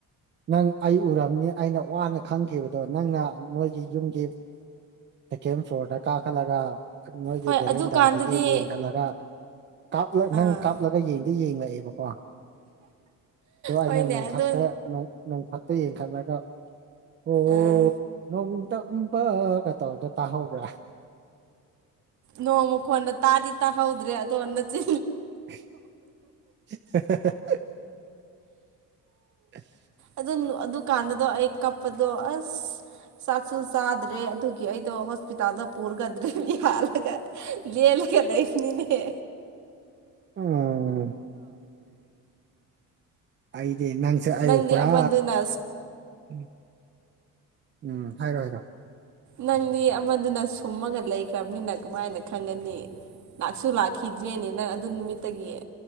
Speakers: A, on the right; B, on the right.
A: ꯅꯪ ꯑꯩ ꯎꯔꯝꯅꯤ ꯑꯩꯅ ꯋꯥꯅ ꯈꯪꯈꯤꯕꯗꯣ ꯅꯪꯅ ꯅꯣꯏꯒꯤ ꯌꯨꯝꯒꯤ ꯁꯦꯀꯦꯟ ꯐ꯭ꯂꯣꯔꯗ ꯀꯥꯈꯠꯂꯒ ꯅꯣꯏꯒꯤ
B: ꯍꯣꯏ
A: ꯕꯦꯔꯦꯟꯗꯥꯗꯒꯤ
B: ꯑꯗꯨꯀꯥꯟꯗꯗꯤ
A: ꯌꯦꯡꯈꯠꯂꯒ ꯞ
B: ꯑꯥ
A: ꯅꯪ ꯀꯥꯞꯂꯒ ꯌꯦꯡꯗ ꯌꯦꯡꯂꯛꯑꯦꯕꯀꯣ
B: ꯍꯣꯏꯅꯦ
A: ꯑꯩꯅ ꯅꯣꯡꯊꯛꯇ
B: ꯑꯗꯣ
A: ꯅꯣꯡꯊꯛꯇ ꯌꯦꯡꯈꯠꯂꯒ ꯑꯣ
B: ꯑꯥ
A: ꯅꯣꯡꯗ ꯀ ꯇꯧꯗꯣ ꯇꯥꯍꯧꯕ꯭ꯔꯥ
B: ꯅꯣꯃꯨꯈꯣꯟꯗ ꯇꯥꯔꯤ ꯇ ꯍꯥꯎꯗ꯭ꯔꯔꯤ ꯑꯗꯨꯗꯣ ꯆ
A: <unintelligible> <unintelligible>
B: ꯑꯗꯨ ꯑꯗꯨꯀꯥꯟꯗꯗꯣ ꯑꯩ ꯀꯥꯞꯄꯗꯣ ꯑꯁ ꯆꯥꯛꯁꯨ ꯆꯥꯗ꯭ꯔꯦ ꯑꯗꯨꯒꯤ ꯑꯩꯗꯣ ꯍꯣꯁꯄꯤꯇꯥꯜꯗ ꯄꯨꯔꯒꯗ꯭ꯔꯦꯍ ꯂ ꯂꯒꯦ ꯅ ꯏꯃꯤꯅꯦ
A: ꯎꯝ ꯑꯩꯗꯤ ꯅꯪꯁꯛ ꯑꯩꯕꯨ
B: ꯅꯪꯗꯤ
A: ꯄꯨꯔꯥ
B: ꯑꯃꯗꯨꯅ
A: ꯎꯝ ꯎꯝ ꯍꯥꯏꯔꯣ ꯍꯥꯏꯔꯣ
B: ꯅꯪꯗꯤ ꯑꯃꯗꯨꯅ ꯁꯨꯝꯃꯒ ꯂꯩꯈ꯭ꯔꯕꯅꯤꯅ ꯀꯃꯥꯏꯅ ꯈꯪꯒꯅꯤ ꯂꯥꯛꯁꯨ ꯂꯥꯛꯈꯤꯗ꯭ꯔꯦꯅꯦ ꯅꯪ ꯑꯗꯨ ꯅꯨꯃꯤꯠꯇꯒꯤꯌꯦ